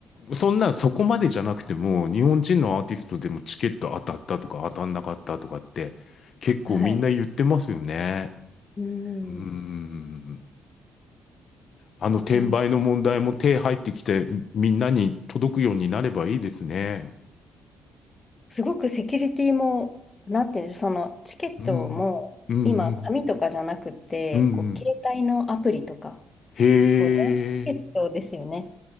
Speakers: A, on the left (about 55°); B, on the left (about 25°).
A: そんなそこまでじゃなくても、日本人のアーティストでもチケット当たったとか当たんなかったとかって結構みんな言ってますよね。
B: はい。うん。
A: うーん。あの転売の問題も手入ってきてみみんなに届くようになればいいですね。
B: そう。すごくセキュリティも、なんていうの、そのチケットも、
A: うん。うんうん。
B: 今、紙とかじゃなくて、
A: うんうん。
B: こう、携帯のアプリとか、
A: へえ。
B: こう、電子チケットですよね。